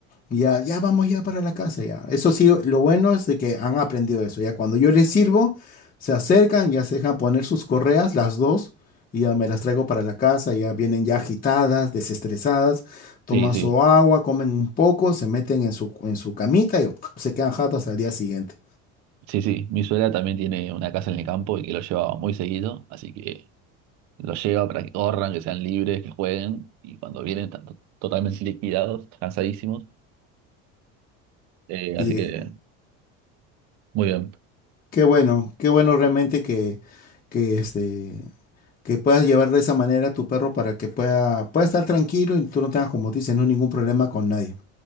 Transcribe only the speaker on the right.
sí, sí.
Sí, sí, mi suegra también tiene una casa en el campo y que lo lleva muy seguido, así que lo lleva para que corran, que sean libres, que jueguen, y cuando vienen están to- totalmente liquidados, cansadísimos, eh,
así que muy bien.